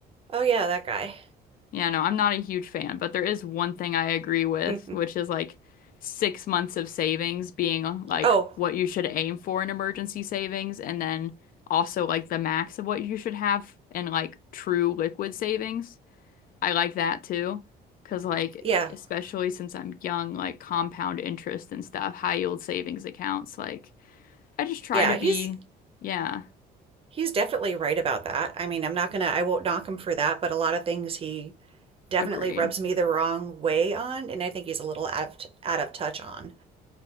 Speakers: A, on the right; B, on the left.
A: Oh yeah, that guy.
B: Yeah, no, I'm not a huge fan, but there is one thing I agree with,
A: <laughs>
B: which is like six months of savings being like
A: Oh,
B: what you should aim for in emergency savings, and then also like the max of what you should have in like true liquid savings. I like that too, because like
A: yeah.
B: especially since I'm young, like compound interest and stuff, high yield savings accounts, like I just try
A: Yeah,
B: to be,
A: he's
B: yeah,
A: he's definitely right about that. I mean, I'm not gonna I won't knock him for that, but a lot of things he definitely
B: agreed.
A: rubs me the wrong way on, and I think he's a little out of out of touch on.